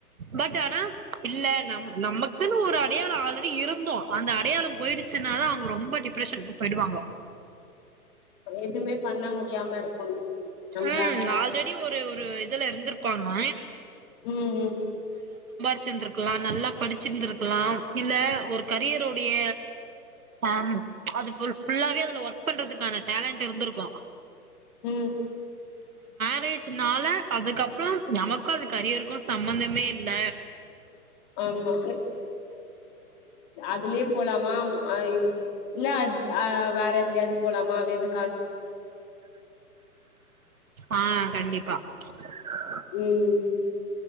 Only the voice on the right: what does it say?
பட் ஆனா இல்ல நம நமக்குன்னு ஒரு அடையாளோ ஆல்ரெடி இருந்தோ அந்த அடையாளம் போயிடுச்சுனா தா அவுங்க ரொம்ப டிப்ரஷனுக்கு போயிடுவாங்க
ம் ஆல்ரெடி ஒரு ஒரு இதுல இருந்திருப்பாங்க
சித்திந்ருக்கலா நல்லா படிச்சிருந்திருக்கலா இல்ல ஒர்க் கரியருடைய ஆ அது ஃபுல்லாவே அதுல ஒர்க் பண்றதுக்கான டேலண்டு இருந்திருக்கலா
பேஜ்னால அதுக்கப்றோ நமக்கும் அந்த கரியருக்கு சம்பந்தமே இல்ல
ஆ கண்டிப்பா ச <unintelligible>